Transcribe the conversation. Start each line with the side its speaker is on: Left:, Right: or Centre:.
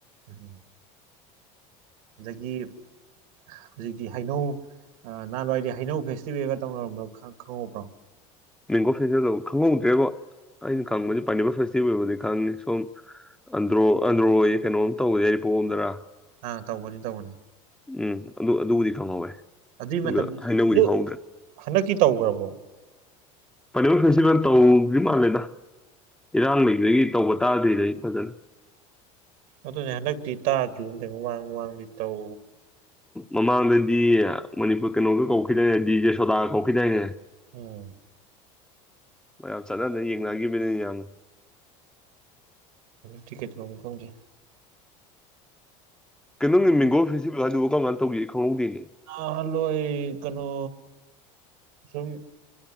Right: ꯎꯝ ꯑꯗꯒꯤ ꯍꯧꯖꯤꯛꯇꯤ ꯍꯩꯅꯧ ꯅꯍꯥꯟꯋꯥꯏꯗꯤ ꯍꯩꯅꯧ ꯐꯦ ꯇꯤꯕꯦꯟꯒ ꯇꯧꯅꯔꯝ ꯈꯪꯍꯧꯕ꯭ꯔꯣ
Centre: ꯃꯦꯡꯒꯣ ꯐꯦꯁꯇꯤꯚꯦꯜ ꯈꯪꯍꯧꯗ꯭ꯔꯦꯕ ꯑꯩꯅ ꯈꯪꯕꯗꯤ ꯄꯥꯏꯅꯤꯄꯜ ꯐꯦꯁꯇꯤꯚꯦꯜ ꯕꯨꯗꯤ ꯈꯪꯉꯦ ꯁꯣꯝ ꯑꯟꯗ꯭ꯔꯣ ꯑꯟꯗ꯭ꯔꯣꯌꯦ ꯀꯩꯅꯣꯝ ꯇꯧꯕꯁꯦ ꯄꯣꯝꯗꯔ
Right: ꯑꯥ ꯇꯧꯕꯅꯦ ꯇꯧꯕꯅꯦ
Centre: ꯎꯝ ꯑꯗꯨ ꯑꯗꯨꯕꯨꯗꯤ ꯈꯪꯍꯧꯋꯦ
Right: ꯑꯗꯨꯏ
Centre: ꯑꯗꯨꯒ
Right: ꯃꯇꯝ
Centre: ꯍꯩꯅꯧꯕꯨꯗꯤ
Right: ꯑꯗꯨ
Centre: ꯈꯪꯍꯧꯗ꯭ꯔꯦ
Right: ꯍꯟꯗꯛꯀꯤ ꯇꯧꯒ꯭ꯔꯕꯣ
Centre: ꯄꯥꯏꯅꯦꯄꯜ ꯐꯦꯁꯇꯤꯚꯦꯜ ꯇꯧꯗ꯭ꯔꯤꯕ ꯃꯥꯜꯂꯦꯗ ꯏꯔꯥꯡ ꯂꯩꯕꯒꯤ ꯇꯧꯕ ꯇꯥꯗ꯭ꯔꯤꯗ ꯑꯩ ꯐꯖꯅ
Right: ꯑꯗꯨꯅꯦ ꯍꯟꯗꯛꯇꯤ ꯇꯥꯗ꯭ꯔꯤ ꯃꯃꯥꯡ ꯃꯃꯥꯡꯗꯤ ꯇꯧ
Centre: ꯃꯃꯥꯡꯗꯗꯤ ꯃꯅꯤꯄꯨꯔ ꯀꯩꯅꯣꯒ ꯀꯧꯈꯤꯗꯥꯏꯅꯦ ꯗꯤ ꯖꯦ ꯁꯣꯗꯥꯒ ꯀꯧꯈꯤꯗꯥꯏꯅꯦ
Right: ꯎꯝ
Centre: ꯃꯌꯥꯝ ꯆꯠꯅꯗ ꯌꯦꯡꯅꯒꯤꯈꯤꯕꯅꯤ ꯌꯥꯝꯅ
Right: ꯀꯩ ꯀꯩ ꯇꯧꯕ ꯈꯪꯗꯦ
Centre: ꯀꯩꯅꯣꯅꯤ ꯃꯦꯡꯒꯣ ꯐꯦꯁꯇꯤꯚꯦꯜ ꯍꯥꯏꯗꯨꯕꯨ ꯀꯝꯀꯟ ꯇꯧꯒꯦ ꯈꯪꯍꯧꯗꯦꯅꯤ
Right: ꯅꯍꯥꯜꯋꯥꯏ ꯀꯩꯅꯣ ꯁꯨꯝ